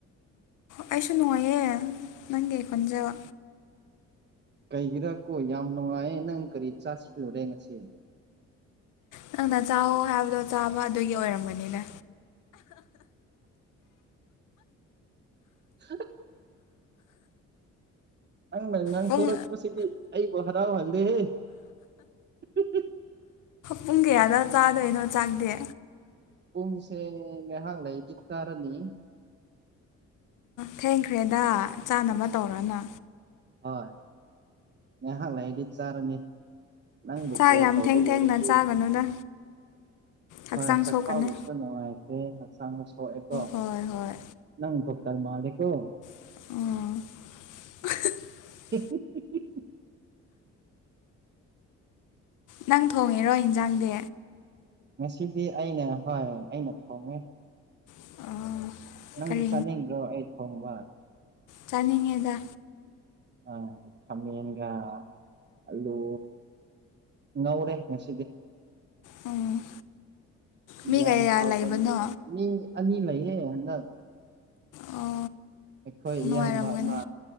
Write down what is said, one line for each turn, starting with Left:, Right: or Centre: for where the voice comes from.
Left: ꯑꯩꯁꯨ ꯅꯨꯡꯉꯥꯏꯌꯦ ꯅꯪꯒꯤ ꯑꯩ ꯈꯣꯟꯖꯕ
Right: ꯀꯩꯒꯤꯔꯥ ꯀꯣ ꯌꯥꯝ ꯅꯨꯡꯉꯥꯏꯌꯦ ꯅꯪ ꯀꯔꯤ ꯆꯥꯁꯤꯂꯨꯔꯦ ꯉꯁꯤ
Left: ꯅꯪꯅ ꯆꯥꯛꯑꯣ ꯍꯥꯏꯕꯗꯣ ꯆꯥꯕ ꯑꯗꯨꯒꯤ ꯑꯣꯏꯔꯝꯒꯅꯤꯅꯦ
Right: ꯍ ꯅꯪꯅ ꯅꯪ
Left: ꯄꯨꯡ
Right: ꯊꯣꯛꯣꯔꯛꯄꯁꯤꯗꯤ ꯑꯩꯕꯨ ꯍꯔꯥꯎꯍꯜꯂꯦꯍꯦ <inaudible>
Left: ꯄꯨꯡ ꯀꯌꯥꯗ ꯆꯥꯗꯣꯏꯅꯣ ꯆꯥꯛꯇꯦ
Right: ꯄꯨꯡꯁꯦ ꯉꯥꯏꯍꯥꯛ ꯂꯩꯒꯤ ꯇꯥꯔꯅꯤ
Left: ꯊꯦꯡꯈ꯭ꯔꯦꯗ ꯆꯥꯅꯕ ꯇꯧꯔꯅ
Right: ꯍꯣꯏ ꯌꯥ ꯍꯪ ꯂꯩꯗꯤ ꯆꯔꯃꯤ ꯅꯪꯕꯨ
Left: ꯆꯥꯛ
Right: ꯐꯣꯜ
Left: ꯌꯥꯝ
Right: ꯇꯧꯕ
Left: ꯊꯦꯡ
Right: ꯂꯣꯏꯔꯁꯤ
Left: ꯊꯦꯡꯅ ꯆꯥꯒꯅꯨꯗ ꯍꯛꯆꯥꯡ
Right: ꯍꯣꯏ ꯆꯥꯛꯈꯥꯎꯕꯁꯨ
Left: ꯁꯣꯛꯀꯅꯤ
Right: ꯅꯨꯡꯉꯥꯏꯇꯦ ꯍꯛꯆꯥꯡꯗ ꯁꯣꯛꯑꯦꯀꯣ
Left: ꯍꯣꯏ ꯍꯣꯏ
Right: ꯅꯪ ꯁꯂꯝ ꯂꯩꯀ
Left: ꯑꯣ
Right: <inaudible>
Left: ꯅꯪ ꯊꯣꯡꯉꯦꯔꯣ ꯏꯟꯖꯥꯡꯗꯤ
Right: ꯉꯁꯤꯗꯤ ꯑꯩꯅ ꯍꯣꯏ ꯍꯣꯏ ꯑꯩꯅ ꯊꯣꯡꯉ
Left: ꯑꯣ
Right: ꯅꯪꯗꯤ
Left: ꯀꯔꯤ
Right: ꯆꯥꯅꯤꯡꯗ꯭ꯔꯣ ꯑꯩ ꯊꯣꯡꯕ
Left: ꯆꯥꯅꯤꯤꯡꯗ
Right: ꯑ ꯀꯃꯤ ꯌꯦꯅꯤꯡꯒ ꯑꯂꯨ ꯉꯧꯔꯦ ꯍꯁꯤꯒꯤ
Left: ꯎꯝ ꯃꯤ
Right: ꯌꯥꯝꯌꯥꯝ
Left: ꯀꯌꯥ
Right: ꯐꯥꯎ
Left: ꯂꯩꯕꯅꯣ
Right: ꯐ ꯑ ꯑꯅꯤ ꯂꯩꯏꯌꯦꯦ ꯑꯗ
Left: ꯑꯣ
Right: ꯑꯩꯈꯣꯏ
Left: ꯅꯨꯡꯉꯥꯏꯔꯝꯒꯅꯤ
Right: ꯏꯌꯥꯝꯕ ꯑꯃ